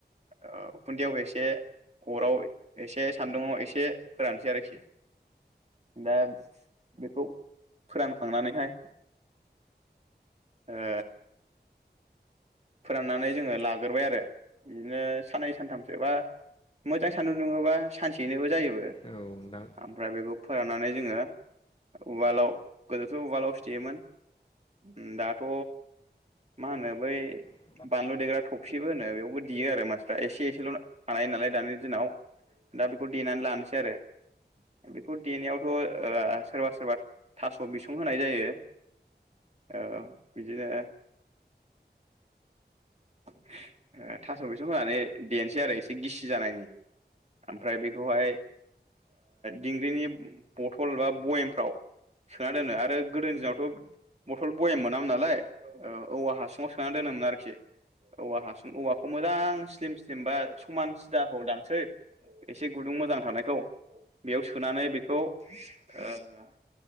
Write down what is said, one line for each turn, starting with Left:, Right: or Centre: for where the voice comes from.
Right: ओ उखुन्दैयाव एसे अराव एसे सान्दुंङाव एसे फोरानसै आरोखि दा बेखौ फोरानखांनानैहाय ओ फोराननानै जोङो लाग्रोबाय आरो बिदिनो साननै सानथामसो बा मोजां सान्दुं दुङोबा सानसेयैनोबो जायोबो
Left: नोंथां
Right: ओमफ्राय बेखौ फोराननानै जोङो उवालाव गोदोथ' उवालाव सुथेयोमोन ओम दाथ' मा होनो बै
Left: देग्रा खफ्रि होनो बेखौ देयो आरो मानसिफ्रा एसे एसेल' दा बेखौ देनानै लानोसै आरो मथर बयामाव दाम नालाय औवा हासुङाव सोना
Right: बानलु देग्रा थफसिबो होनो बेयावबो देयो आरो मानसिफ्रा एसे एसेल' बानाय नालाय दानि दिनाव दा बेखौ देनानै लानोसै आरो बेखौ देनायावथ' सोरबा सोरबा थास' बिसं होनाय जायो ओ बिदि नो <unintelligible> थास' बिसं होनानै देनसै आरो एसे गिसि जानायनि ओमफ्राय बेखौहाय दिंग्रिनि बथल बा बयेमफ्राव सोना दोनो आरो गोदोनि दिनावथ' बथल बयेम मोनामोन नालाय औवा हासुङाव सोना दोनोमोन आरोखि ना हासुं औवाखौ मोजां स्लिम स्लिम बा समान सिदाखौदांसै एसे गुदुं मोजां थानायखौ बेयाव सोनानै बेखौ ओ